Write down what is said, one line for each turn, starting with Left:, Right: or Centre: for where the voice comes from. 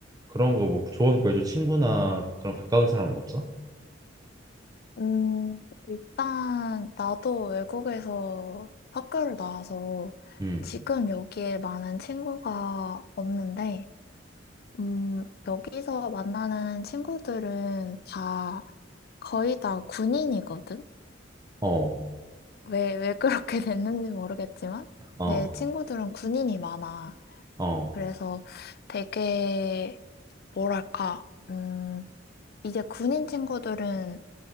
Right: 그런 거 뭐 조언 구해줘 친구나 그런 가까운 사람은 없어?
Left: 음, 일단 나도 외국에서 학교를 나와서
Right: 응.
Left: 지금 여기에 많은 친구가 없는데, 음, 여기서 만나는 친구들은 다 거의 다 군인이거든?
Right: 어,
Left: 왜, 왜 그렇게 <laughs> 됐는지 모르겠지만,
Right: 어,
Left: 내 친구들은 군인이 많아.
Right: 어,
Left: 그래서 되게, 뭐랄까, 음, 이제 군인 친구들은